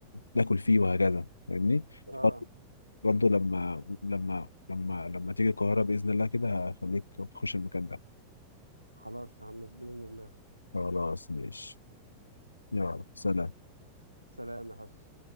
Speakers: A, on the left; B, on the right.
A: ناكل فيه وهكذا فاهمني
B: آه
A: برضو برضو لما لما لما لما تيجي القاهره باذن الله كده هخليك تخش المكان ده
B: خلاص يا عم بإذن الله
A: خلاص ماشي يلا سلام
B: سلام يا حس